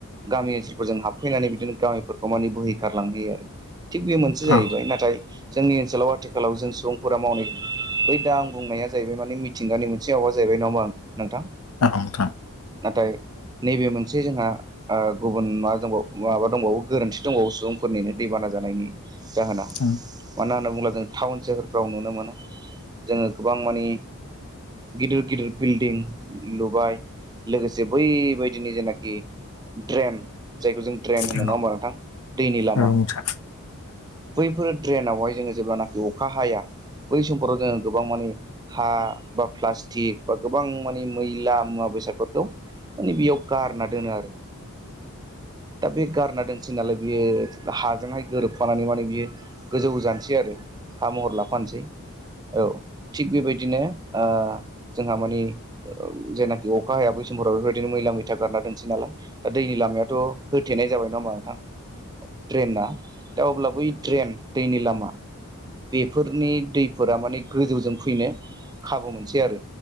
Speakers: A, on the right (about 15°); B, on the left (about 80°).
A: गामि ओनसोलफोरजों हाबफैनानै बिदिनो गामिफोरखौ माने बोहैखारलांहोयो आरो। थिग बेयो मोनसे जाहैबाय।
B: औ
A: नाथाय जोंनि ओनसोलाव आथिखालाव जों सुबुंफोरा मावनाय बै दा आं बुंनाया जाहैबाय माने मिथिंगानि मोनसे माबा जाहैबाय नाङा ओमबा नोंथां।
B: औ नोंथां
A: नाथाय नैबे मोनसे जोंहा गुबुन मा दंबावो माबा दंबावो गोरोन्थि दंबावो सुबुंफोरनिनो दैबाना जानायनि जाहोना।
B: <inaudible>
A: मानो होनना बुङोब्ला जों टाउन सोहोरफ्राव नुनो मोनो जोङो गोबां मानि गिदिर गिदिर बिल्डिं लुबाय। लोगोसे बैबायदिनो जेनाखि ड्रेन जायखौ जों ड्रेन होनो
B: औ औ
A: नङा हबा नोंथां? दैनि
B: औ
A: लामा।
B: नोंथां औ नोंथां
A: बैफोर ड्रेनावहाय जोङो जेब्लानाखि अखा हाया बै समफोराव जोङो गोबां माने हा बा प्लास्टिक बा गोबां माने मैला मुवा बेसादफोरखौ माने बेयाव गारना दोनो आरो। दा बे गारना दोनसै नालाय बेयो हाजोंहाय गोरोबफानानै माने बेयो गोजौ जानोसै आरो हा महर लाफानोसै औ। थिग बेबायदिनो ओ जोंहा माने जेनाखि अखा हाया बै समफोराव बेफोरबायदिनो मैला मैथा गारना दोनसै नालाय। दा दैनि लामायाथ' होथेनाय जाबाय नङा होमबा नोंथां? ड्रेना दा अब्ला बै ड्रेन दैनि लामा, बेफोरनि दैफोरा माने गोजौजों फैनो खाबु मोनसै आरो